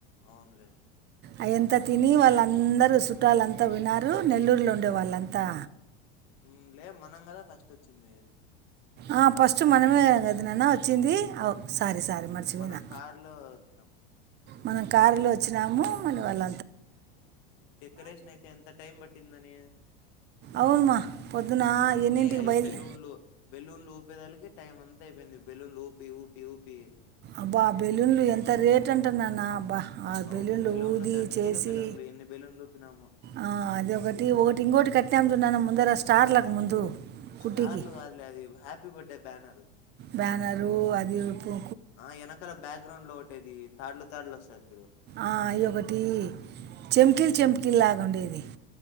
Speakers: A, on the left; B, on the right.
A: అవునులే
B: అయంత తిని వాళ్ళందరూ చుట్టాలంతా వున్నారు నెల్లూరులో ఉ ఆడవాల్లంతా
A: హ్మ్ లే మనం కదా ఫస్ట్ వచ్చింది.
B: ఆ ఫస్ట్ మనమే గద నాన్న వచ్చింది. ఓ సారీ
A: ఓహ్!
B: సారీ మర్చిపోనా
A: మనం కారులో ఒచ్చినాం.
B: మనం కారులో వచ్చినాము. మన వాళ్ళ
A: డెకరేషన్ అయితే ఎంత టైం పట్టిందని
B: అవును మా పొద్దున
A: అన్నీ
B: ఎన్నింటికి
A: అయి
B: బయలు
A: బెలూన్లు బెలూన్లు పేదాలకే టైమ్ అంతా అయిపోయింది. బెలూన్లు ఊపి ఊపి ఊపి
B: అబ్బా బెలూన్లు ఎంత రేట్ అంటున్నాన్న అబ్బా ఆ
A: అవ్
B: బెలూన్లు ఊది
A: దండిగా
B: చేసి
A: బెలూన్లు ఎన్ని బెలూన్లు ఊపినామో.
B: ఆ అది ఒకటి ఒకటి ఇంకోటి కట్టేము చూడు నాన్నా అందర స్టార్లకు ముందు కుట్టికి
A: స్టార్ లు గాదులే అవి హ్యాపీ బర్ దే బ్యానరు
B: బ్యానరు అది రపు
A: ఆ వెనకాల బ్యాక్గ్రౌండ్ లో ఒకటేది తాలు తాడ్లు వస్తుంది
B: ఆ ఇ ఒకటి చెంికీలు చెంికీలు లాగా ఉండేది